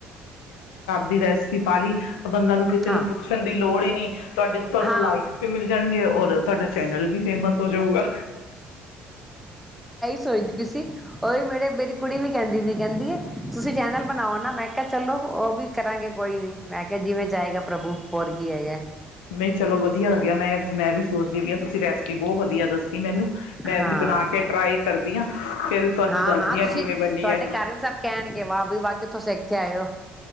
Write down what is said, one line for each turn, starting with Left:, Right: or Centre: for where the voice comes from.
Left: ਦੀ ਰੈਸਪੀ ਪਾ ਲਈ ਬੰਦਾ ਨੂੰ ਕਿਸੇ
Centre: ਹਾਂ
Left: ਨੂੰ ਪੁੱਛਣ ਦੀ ਲੋੜ ਹੀ ਨਹੀਂੀ ਤੁਹਾਡੇ ਤੁਹਾਨੂੰ
Centre: ਹਾਂ
Left: ਲਾਈਕਸ ਵੀ ਮਿਲ ਜਾਣਗੇ ਔਰ ਤੁਹਾਡਾ ਚੈਨਲ ਵੀ ਫੇਮਸ ਹੋ ਜਾਊਗਾ
Centre: ਸੋਚ ਪਈ ਸੀ ਉਹ ਵੀ ਮੇਰੇ ਮੇਰੀ ਕੁੜੀ ਵੀ ਕਹਿੰਦੀ ਸੀ ਕਹਿੰਦੀ ਤੁਸੀਂ ਚੈਨਲ ਬਣਾਓ ਨਾ ਮੈਂ ਕਿਹਾ ਚਲੋ ਉਹ ਵੀ ਕਰਾਂਗੇ ਕੋਈ ਨੀ ਮੈਂ ਕਿਹਾ ਜਿਵੇਂ ਜਾਏਗਾ ਪ੍ਰਭੂ ਹੋਰ ਕੀ ਹੈਗਾ
Left: ਨਹੀਂ ਚਲੋ ਵਧੀਆ ਲੱਗਿਆ ਮੈਂ ਮੈਂ ਵੀ ਸੋਚਦੀ ਵੀ ਹਾਂ ਤੁਸੀਂ ਰੈਸਪੀ ਬਹੁਤ ਵਧੀਆ ਦੱਸੋ ਮੈਨੂੰ ਮੈਂ
Centre: ਹਾਂ
Left: ਵੀ ਬਣਾ ਕੇ ਟਰਾਈ ਕਰ ਵੀ ਹਾਂ ਫਿਰ ਤੁਹਾਨੂੰ
Centre: ਹਾਂ
Left: ਦੱਸਦੀ
Centre: ਹਾਂ ਤੁਸੀਂ
Left: ਕਿਵੇਂ ਬਣੀ
Centre: ਤੁਹਾਡੇ
Left: ਹੈ
Centre: ਘਰ ਵੀ ਸਭ ਕਹਿਣਗੇ ਵਾਹ ਵੀ ਵਾਹ ਕਿੱਥੋਂ ਸਿੱਖ ਆਇਓ